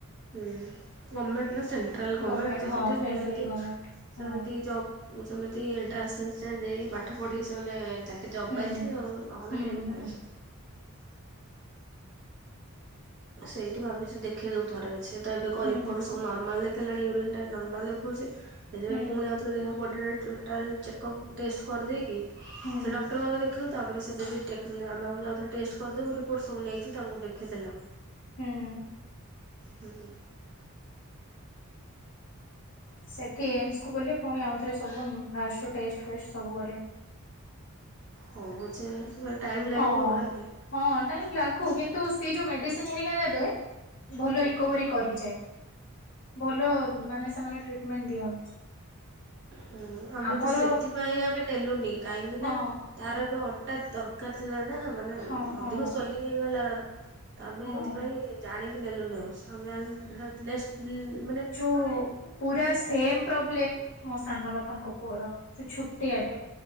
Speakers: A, on the right; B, on the left.
A: ହୁଁ ଗଭର୍ଣ୍ଣମେଣ୍ଟ ନାଁ ସେଣ୍ଟ୍ରାଲ ଗଭର୍ଣ୍ଣମେଣ୍ଟ
B: ଗମେଣ୍ଟ
A: ତ
B: ହଁ
A: ସେଠି
B: ସେଣ୍ଟ୍ରାଲ
A: ନିହାତି
B: ଗମେଣ୍ଟ ହଁ
A: ସେମିତି ଜବ୍ ଉଁ ସେମିତି ଏଣ୍ଟ୍ରାନ୍ସ୍ ଫେଣ୍ଟ୍ରାନ୍ସ୍ ଦେଇକି ପାଠ ପଢ଼ିକି ସେମାନେ ଚାକିରି ଜବ୍
B: ହୁଁ
A: ପାଇଥିବେ ଆଉ ନହେଲେ
B: ହୁଁ
A: କେମିତି
B: ହୁଁ।
A: ପାଇବେ ସବୁ। ସେଇଠି ଭାବିଛି ଦେଖେଇ ଦବୁ ଥରେ ହଉଛି ସେଇଟା ଏବେ କରି
B: ହୁଁ
A: ରିପୋର୍ଟ୍ ସବୁ ନର୍ମାଲ୍ ରେ ଦେଖେଇଲାଣି ୟୁରିନ୍ ଟା ନର୍ମାଲ୍ ଦେଖଉଛି ସେଥିପାଇଁ
B: ହୁଁ
A: ପୁଣି ଆଉଥରେ ଦେଖାହବ। ବଡ଼ିରେ ଟୋଟାଲ୍ ଚେକ୍ ଅପ୍ ଟେଷ୍ଟ୍ କରିଦେଇକି ସେ
B: ହୁଁ
A: ଡକ୍ଟରଙ୍କୁ ଆଗ ଦେଖେଇବୁ ତାପରେ ସେ ଯଦି ଟେ ତାହେଲେ ଆମେ ଆଉ ଥରେ ଟେଷ୍ଟ୍ କରିଦବୁ ରିପୋର୍ଟ ସବୁ ନେଇକି ତାଙ୍କୁ ଦେଖେଇ ଦେଲେ ହବ।
B: ହୁଁ।
A: ହୁଁ।
B: ସେଠି ଏମସ୍ କୁୁ ଗଲେ ପୁଣି ଆଉଥରେ ସବୁ ଉଁ ଫାଷ୍ଟ୍ ରୁ ଟେଷ୍ଟ୍ ଫେଷ୍ଟ୍ ସବୁ କରିବେ।
A: ହଉ ପଛେ ଏସବୁ ରେ ଟାଇମ୍ ଲାଗିବ
B: ହଁ।
A: ଆଉ ନାଇଁ କି?
B: ହଁ ଟାଇମ୍ ଲାଗୁ କିନ୍ତୁ ସେ ଯୋଉ ମେଡ଼ିସିନ୍ ହେରିକା ଦେବେ ଭଲ ରିକୋଭରି କରିଯାଏ। ଭଲ ମାନେ ସେମାନେ ଟ୍ରିଟମେଣ୍ଟ ଦିଅନ୍ତି।
A: ହୁଁ ଆମେ
B: ଆମର
A: ତ ସେଥିପାଇଁ ଆମେ ନେଲୁନି କାହିଁକି
B: ହଁ
A: ନାଁ ତାର ଏବେ ହ ହଠାତ୍ ଦରକାର ଥିଲା ନାଁ ମାନେ
B: ହଁ ହଁ।
A: ଅଧିକ ସୋଲିଂ ହେଇଗଲା ତାର। ତ ଆମେ
B: ହଁ
A: ଏଥିପାଇଁ ଜାଣିକି ନେଲୁନୁ ଆମେ ସମସ୍ତେ ଜାଣିଲେ ଲେସ୍ ଲେ
B: ଯୋଉ ପୁରା ସେମ୍ ପ୍ରୋବ୍ଲେମ୍ ମୋ ସାନ ବାପାଙ୍କ ପୁଅର ସେ ଛୋଟିଆ ଟେ।